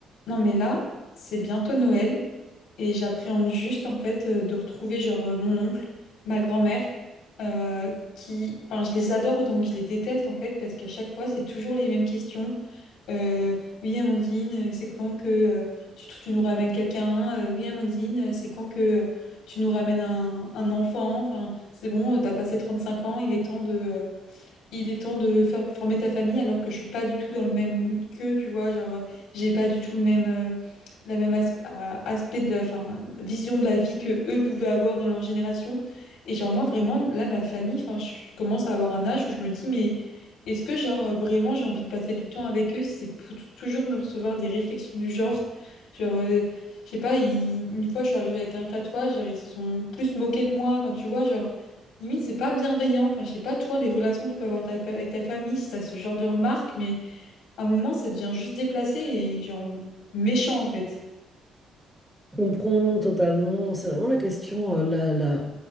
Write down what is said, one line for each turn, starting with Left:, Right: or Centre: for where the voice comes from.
Left: Non, mais là, c'est bientôt Noël et j'appréhende juste en fait euh, de retrouver genre euh, mon oncle, ma grand-mère, euh, qui, enfin, je les adore autant que je les déteste en fait parce qu'à chaque fois, c'est toujours les mêmes questions. Euh, oui, Amandine, euh, c'est quand que euh, tu, tu nous ramènes quelqu'un? Euh, oui, Amandine, euh, c'est quand que euh, tu nous ramènes un, un enfant? Enfin, c'est bon, euh, t'as passé 35 ans, il est temps de, euh, il est temps de faire former ta famille alors que je suis pas du tout dans le même mood que tu vois genre euh, j'ai pas du tout le même euh, la même as- a- aspect de la enfin, vision de la vie que eux pouvaient avoir dans leur génération et genre moi vraiment là ma famille enfin je commence à avoir un âge où je me dis mais est-ce que genre euh, vraiment j'ai envie de passer du temps avec eux si c'est pour t- toujours me recevoir des réflexions du genre genre euh, je sais pas ils- une fois je suis arrivée avec un tatouage genre, ils se sont plus moqués de moi enfin tu vois genre Limite, c'est pas bienveillant. Enfin, je sais pas, toi, les relations que tu peux avoir ta fa- avec ta famille, si t'as ce genre de remarques, mais à un moment, ça devient juste déplacé et genre méchant, en fait.
Centre: Comprendre totalement, c'est vraiment la question, euh, la, la